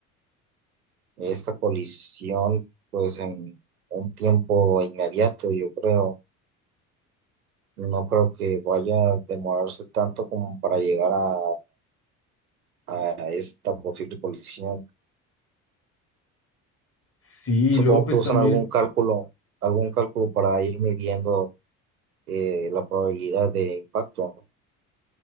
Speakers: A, on the right (about 85°); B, on the left (about 30°).
A: esta colisión pues en un tiempo inmediato, yo creo. No creo que vaya a demorarse tanto como para llegar a, a esta posible colisión.
B: Sí,
A: Supongo
B: y luego pues
A: que usan
B: también.
A: algún cálculo, algún cálculo para ir midiendo eh, la probabilidad de impacto.